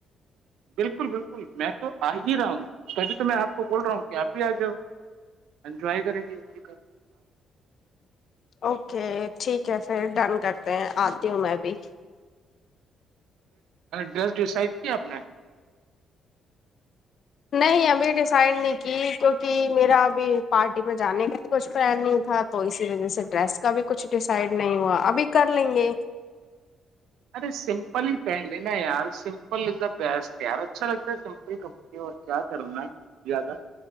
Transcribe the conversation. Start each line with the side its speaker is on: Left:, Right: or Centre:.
Right: بالکل بالکل میں تو آ ہی رہا ہوں کبھی تو میں آپ کو بول رہا ہوں کہ آپ بھی آ جاؤ انجوائے کریں گے م گھرھ
Left: اوکے ٹھیک ہے پھر ڈن کرتے ہیں آتی ہوں میں بھی
Right: ڈس ڈیسائڈ کی اپپ نے
Left: نہیں ابھی ڈیسائڈ نہیں کی کیونکہ میرا ابھی پارٹی میں جانے کا بھی کچھ پلان نہیں تھا تو اسی وجہ سے ڈریس کا بھی کچھ ڈیسائڈ نہیں ہوا ابھی کر لیں گے
Right: ارے سمپل ہی پہن لینا یار سمپل از دا بیسٹ یار اچھا لگتا ہے سمپل کڑ اور کیا کرنا ہے زیادہ